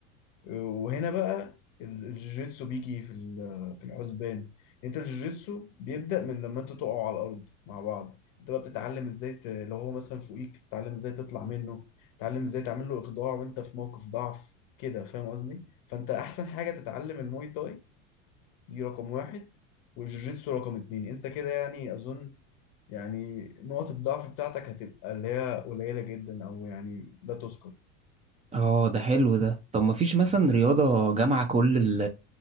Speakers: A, on the left; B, on the right.
A: وهنا بقى ال- الجوجيتسو بيجي في ال- في الحسبان انت الجوجيتسو بيبدأ من لما انتوا تقعوا على الارض مع بعض انت بقى بتتعلم ازاي ت... لو هو مثلا فوقيك بتتعلم ازاي تطلع منه تتعلم ازاي تعمل له اخضاع وانت في موقف ضعف كده فاهم قصدي فانت احسن حاجه تتعلم الموي تاي دي رقم واحد والجوجيتسو رقم اتنين انت كده يعني اظن يعني نقط الضعف بتاعتك هتبقى اللي هي قليلة جدا او يعني لا تذكر
B: اه ده حلو ده طب ما فيش مثلا رياضة جامعة كل